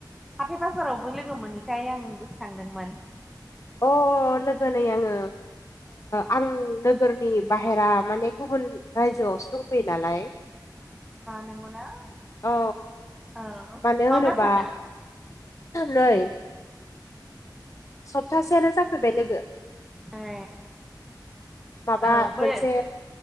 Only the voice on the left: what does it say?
अ लोगो नै आङो आं नोगोरनि बाहेरा माने गुबुन रायजोआवसो दंफैयो नालाय
औ
मानो
होनोबा
नै सप्तासेआानो जाफैबाय लोगो
माबा
मोनसे